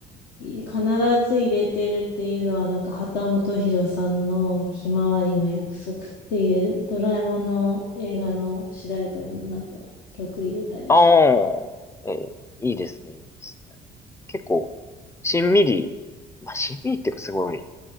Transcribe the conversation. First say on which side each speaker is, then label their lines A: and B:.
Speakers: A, on the left; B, on the left.
A: い必ず入れてるっていうのは、なんか秦基博さんのひまわりの約束っていうドラえもんの映画の主題歌にもなった曲入れたりして、
B: ああえーいいですね、いいですね。結構、しんみり、まあ、しんみりっていうかすごい